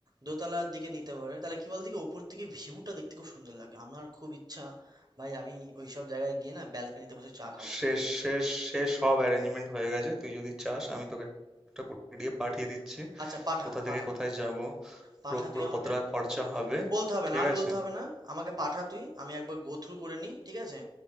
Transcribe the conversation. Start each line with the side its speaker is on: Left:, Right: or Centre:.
Right: দোতলার দিকে নিতে পারে তাহলে কি বল দিকে ওপর থেকে ভিউটা দেখতে খুব সুন্দর লাগে আমার খুব ইচ্ছা ভাই আমি ওইসব জায়গায় গিয়ে না ব্যালকনিতে বসে চা খাবো
Centre: শেষ শেষ শেষ সব অ্যারেঞ্জমেন্ট হয়ে গেছে তুই যদি চাস আমি তোকে একটা পিডিএফ পাঠিয়ে দিচ্ছি
Right: আচ্ছা পাঠা
Centre: কোথা থেকে
Right: পাঠা
Centre: কোথায় যাব
Right: পাঠা
Centre: পুরো পুরো
Right: তুই আমাকে
Centre: কতটা খরচা হবে
Right: বলতে হবে
Centre: ঠিক
Right: না আর
Centre: আছে
Right: বলতে হবে না আমাকে পাঠা তুই আমি একবার গো থ্রু করে নিই ঠিক আছে